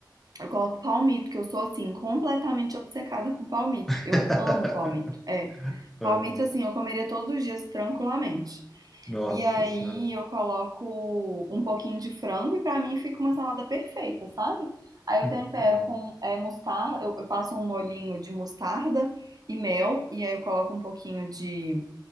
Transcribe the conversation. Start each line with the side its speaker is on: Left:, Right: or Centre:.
Right: eu coloco palmito, que eu sou assim, completamente obcecada com palmito.
Centre: <laughs>
Right: Eu amo palmito. É.
Centre: É,
Right: Palmito, assim, eu comeria todos os dias tranquilamente.
Centre: Nossa
Right: E aí
Centre: Senhora.
Right: eu coloco um pouquinho de frango e pra mim fica uma salada perfeita, sabe? Aí eu
Centre: Entendo.
Right: tempero com é, mostarda, eu eu faço um molhinho de mostarda e mel, e aí eu coloco um pouquinho de,